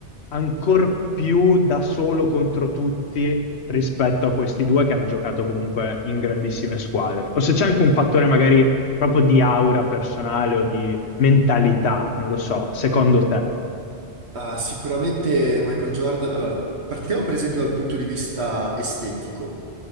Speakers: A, on the left; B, on the right.
A: ancor più da solo contro tutti rispetto a questi due che hanno giocato comunque in grandissime squadre, o se c'è anche un fattore magari proprio di aura personale o di mentalità, non lo so, secondo te?
B: Ah, sicuramente Michael Jordan. Allora, partiamo per esempio dal punto di vista estetico.